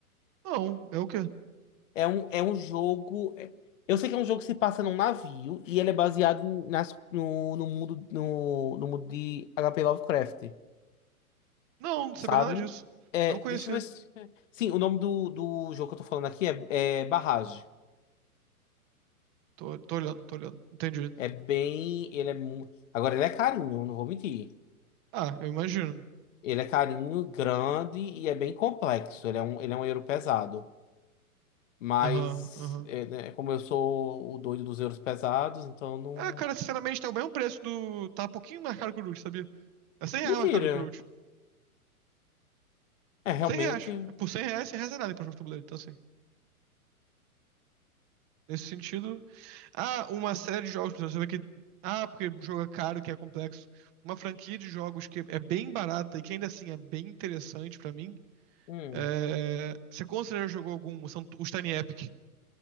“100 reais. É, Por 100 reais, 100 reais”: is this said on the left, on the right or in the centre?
Right